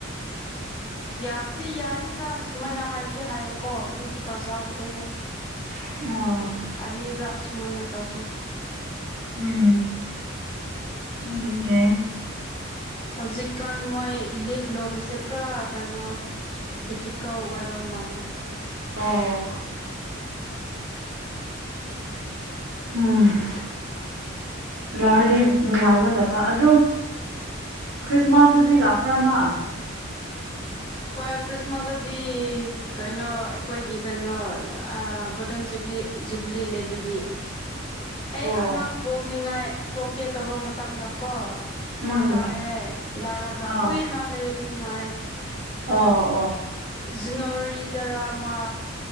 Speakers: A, on the left; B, on the right.
A: ꯌꯥꯕꯨꯗꯤ ꯌꯥꯅꯤꯗ ꯁꯨꯃꯥꯏꯅ ꯍꯥꯏꯕꯗꯤ ꯍꯥꯏꯌꯦꯀꯣ ꯑꯗꯨꯁꯨ ꯇꯥꯖꯥꯗ꯭ꯔꯦ
B: ꯑꯥ
A: ꯑꯅꯤꯔꯛ ꯁꯨꯃꯥꯢꯅ ꯇꯧꯄ
B: ꯑꯝ ꯑꯗꯨꯅꯦ
A: ꯍꯧꯖꯤꯛꯀꯥꯟ ꯃꯣꯏ ꯂꯤꯚ ꯂꯧꯕꯁꯦ ꯈꯔ ꯀꯩꯅꯣ ꯗꯤꯐꯤꯀꯜ ꯑꯣꯏꯕ ꯃꯥꯜꯂꯦ
B: ꯑꯣ ꯎꯝ ꯂꯥꯛꯑꯗꯤ ꯅꯨꯡꯉꯥꯏꯒꯗꯕ ꯑꯗꯨ ꯈ꯭ꯔꯤꯁꯃꯥꯁꯇꯗꯤ ꯂꯥꯛꯄ꯭ꯔꯥꯃ
A: ꯍꯣꯏ ꯈ꯭ꯔꯤꯁꯃꯥꯁ ꯑꯗꯨꯗꯤ ꯀꯩꯅꯣ ꯑꯩꯈꯣꯏꯒꯤ ꯀꯩꯅꯣ ꯒꯣꯜꯗꯟꯖꯂꯤ ꯖꯨꯕ꯭ꯂꯤ ꯂꯩꯕꯒꯤ ꯑꯩ
B: ꯑꯣ
A: ꯑꯉꯥꯡ ꯄꯣꯛꯅꯤꯡꯉꯥꯏ ꯄꯣꯛꯀꯦ ꯇꯧꯕ ꯃꯇꯝꯗ ꯀꯣ
B: ꯎꯝ
A: ꯃꯜꯂꯥꯛ ꯑꯦ ꯂꯥꯔꯒꯥ
B: ꯑꯥ
A: ꯀꯨꯏꯅ ꯂꯩꯃꯤꯟꯅ ꯑꯦ
B: ꯑꯣ ꯑꯣ
A: ꯖꯅꯔꯤ ꯗꯔꯥꯃꯥ